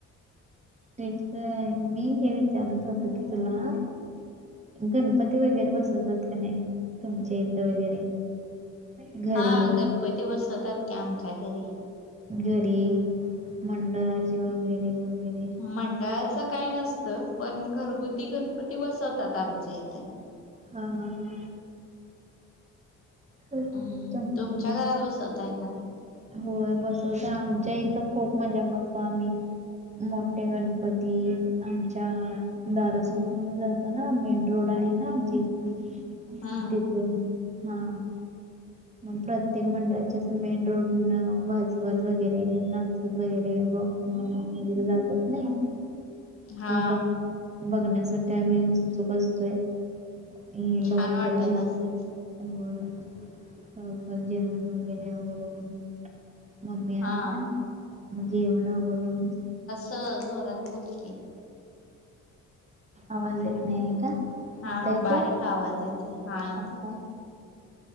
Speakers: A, on the right; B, on the left.
A: तच मी हे विचारत होत की तुला गणपती वगैरे बसवतात का नाही तुमचे इथं वगैरे घरी
B: हा गणपती बसवतात की आमच्या घरी
A: घरी मंडळाचे वगैरे वगैरे
B: मंडळाचं काय नसतं पण घरगुती गणपती बसवतात आमच्या इथे
A: हा हा हा हा
B: हम्म
A: तुम-
B: तुमच्या घरात बसवतयखा नाही
A: होय बसव तर आमच्या इथं खूप मजा करतो आम्ही मोठे गणपती आमच्या दादाचं लग्न झालत ना, मेन रोड आहे ना, आमच्या इथ
B: हम्म
A: तिथून हा मग प्रत्येक मंडळाचें मेन रोड वाजवत वगैरे, नाचत वगैरे, बॉक् वगैरे जातात नाही
B: हा
A: ते बघ, बघण्यासाठी आम्ही उत्सुक असतोय. हम,
B: छान
A: लवकर
B: वाटत
A: घे
B: असेल
A: होय लवकर जेवण वगैरे आवरून मम्मी आली
B: हा
A: ना जेवणवरून
B: त जोरात बोल क
A: आवाज येत नाही आहे का?
B: हा
A: आता येतोय?
B: बारीक आवाज येतोय, हा येतोय.
A: आता